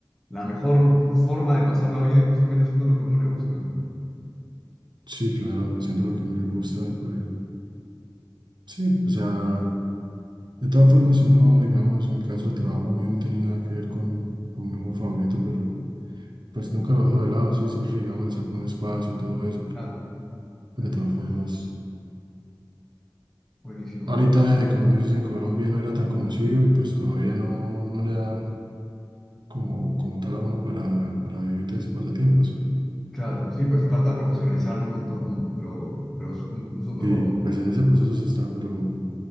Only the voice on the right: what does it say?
Sí, claro, haciendo lo que no le gusta. por el- Sí, o sea, de todas formas, si no, digamos, en mi caso el trabajo mío no tiene nada que ver con, con mi juego favorito, pero pues nunca lo dejo de lado, ¿sí? Siempre, digamos, le saco un espacio y todo eso, porque
pues,
de todas formas,
ahorita,
eh, como tú dices, en Colombia no era tan conocido y pues todavía no, no le da como, como tal a uno para, para vivir de ese pasatiempo, ¿sí?
Sí,
pues en ese proceso se está, pero